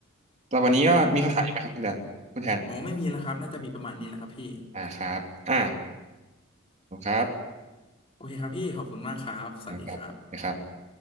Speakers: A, on the right; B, on the left.
A: แล้ววันนี้ก็มีคำถามอีกไหมครับคุณแดนคุณแทน
B: อืมอ๋อไม่มีแล้วครับน่าจะมีประมาณนี้แหละครับพี่
A: อ่าครับอ่าขอบคุณครับ
B: โอเคครับพี่ขอบคุณมากครับ สวัสดีครับ
A: นะครับนะครับ